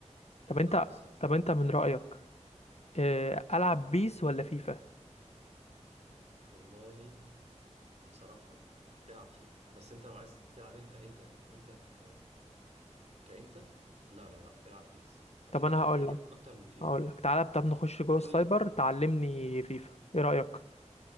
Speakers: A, on the right (about 65°); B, on the left (about 60°).
A: كانت
B: طب انت
A: تحفه الصراحه
B: طب انت من رايك آه، العب
A: اه
B: بيس ولا فيفا
A: والله بصراحه تلعب فيفا بس انت لو عايز تلعب انت انت انت ك... كانت لا لا لا العب بيس هتحج...
B: طب انا
A: هتعجبك
B: هقول لك
A: اكتر من فيفا
B: هقول لك تعالى طب نخش جوه
A: طب
B: السايبر
A: بقول لك
B: تعلمني فيفا ايه رايك